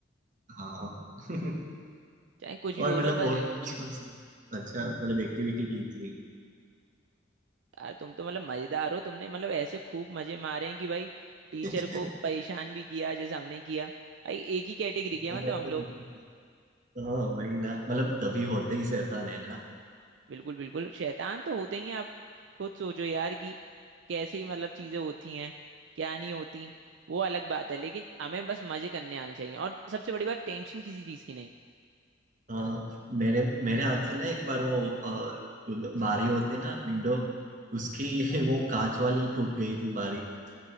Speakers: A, on the right; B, on the right.
A: हाँ <laughs>
B: चाहे कुछ भी
A: और
B: बोलो
A: मतलब
B: बस
A: और <laughs> कौन सी कौन सी अच्छा मतलब एक्टिविटी की थी
B: यार तुम तो मतलब मजेदार हो तुमने मतलब ऐसे खूब मजे मारे हैं कि भाई टीचर
A: <laughs>
B: को परेशान भी किया जैसे हमने किया भाई एक ही कैटेगरी किया
A: वो
B: मतलब
A: बात
B: हम
A: तो
B: लोग
A: बिल्कुल सही हाँ वही ना मतलब तभी होते ही शैतान है ना
B: बिल्कुल बिल्कुल शैतान तो होते ही हैं आप खुद सोचो यार कि कैसी मतलब चीजें होती हैं क्या नहीं होती वो अलग बात है लेकिन हमें बस मजे करने आने चाहिए और सबसे बड़ी बात टेंशन किसी चीज की नहीं
A: हाँ मेरे मेरे हाथ से ना एक बार वो अ, बारी होती ना विंडो उसकी <laughs> वो कांच वाली टूट गई थी बारी <laughs>